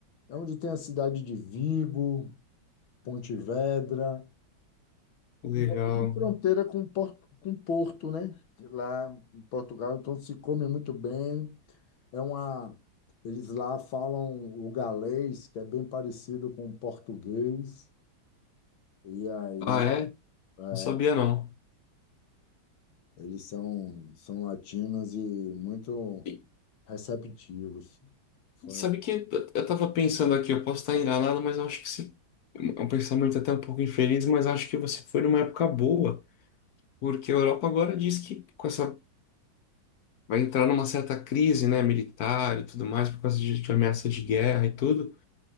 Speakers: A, on the left (about 75°); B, on the left (about 60°).
A: é onde tem a cidade de Vigo, Pontevedra.
B: Legal.
A: E é tudo fronteira com Porto, com Porto, né? Lá em Portugal, então se come muito bem. É uma, eles lá falam o galês, que é bem parecido com o português. E aí
B: Ah, é?
A: é,
B: Não sabia não.
A: eles são, são latinos e muito
B: E
A: receptivos. Foi-
B: sabe que eu eu tava pensando aqui, eu posso estar enganado, mas eu acho que se... é um pensamento até um pouco infeliz, mas acho que você foi numa época boa, porque a Europa agora diz que com essa vai entrar numa certa crise, né, militar e tudo mais, por causa de, de ameaça de guerra e tudo.